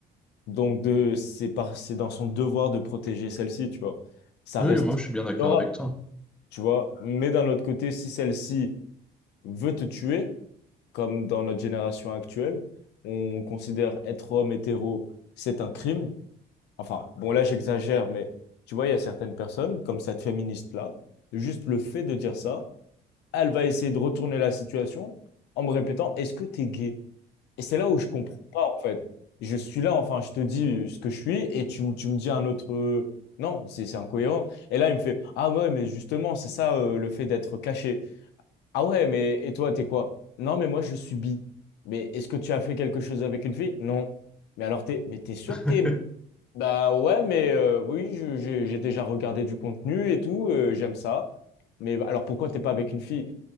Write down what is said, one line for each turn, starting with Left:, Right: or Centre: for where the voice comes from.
Left: Donc, de, c'est par, c'est dans son devoir de protéger celle-ci, tu vois. Ça
Centre: Oui,
Left: reste
Centre: moi, je suis bien d'accord
Left: honorable,
Centre: avec toi.
Left: tu vois. Mais d'un autre côté, si celle-ci veut te tuer, comme dans notre génération actuelle, on considère être homme hétéro, c'est un crime. Enfin, bon, là, j'exagère, mais tu vois, il y a certaines personnes, comme cette féministe-là, juste le fait de dire ça, elle va essayer de retourner la situation en me répétant, est-ce que t'es gay? Et c'est là où je comprends pas, en fait. Je suis là, enfin, je te dis ce que je suis, et tu, m- tu me dis un autre... euh, Non, c'est c'est incohérent. Et là, il me fait, ah ouais, mais justement, c'est ça, euh, le fait d'être caché. Ah ouais, mais et toi, t'es quoi? Non, mais moi, je suis bi. Mais est-ce que tu as fait quelque chose avec une fille? Non. Mais alors, t'es, mais t'es sûr
Centre: <laughs>
Left: que t'es bi? Bah ouais, mais euh, oui, je- j'ai j'ai déjà regardé du contenu et tout, euh, j'aime ça. Mais bah, alors pourquoi t'es pas avec une fille?